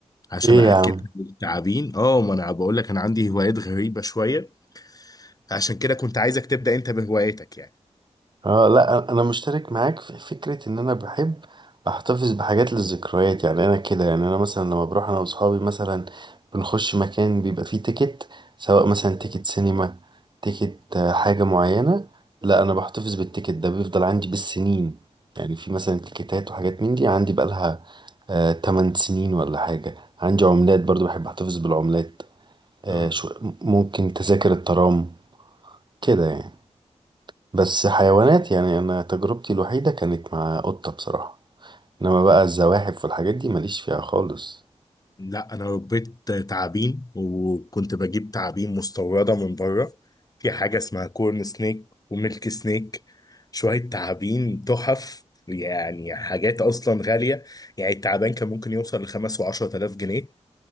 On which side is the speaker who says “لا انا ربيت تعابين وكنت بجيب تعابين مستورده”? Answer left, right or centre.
Left